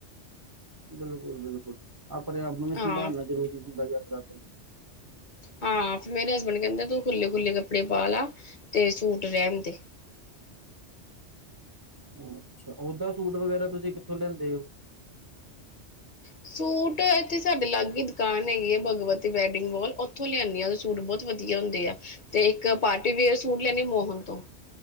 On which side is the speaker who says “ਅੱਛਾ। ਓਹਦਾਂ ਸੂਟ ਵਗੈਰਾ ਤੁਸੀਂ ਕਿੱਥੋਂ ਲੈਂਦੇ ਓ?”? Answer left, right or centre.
Right